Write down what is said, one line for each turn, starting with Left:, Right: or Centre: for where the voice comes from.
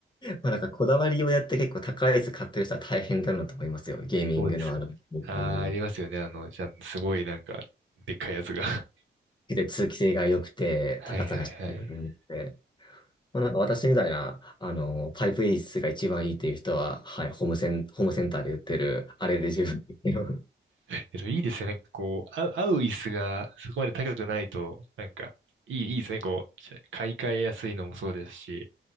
Left: まあなんかこだわりをやって結構高いやつ買ってる人は大変だなと思いますよ。ゲーミングのある業界に。
Right: そうですよ。あー、ありますよね。あの、じゃあすごいなんか、でっかいやつが。
Left: で、通気性が良くて、
Right: <laughs> はいはいはい。
Left: 高さがしっかりあって。まあ、なんか私みたいな、あの、パイプ演出が一番いいっていう人は、はい、ホームセン、ホームセンターで売ってる、あれで十分。
Right: えっと、いいですね。なんかこう、あ、合う椅子がそこまで高くないと、なんか、いい、いいですね。こう、買い替えやすいのもそうですし。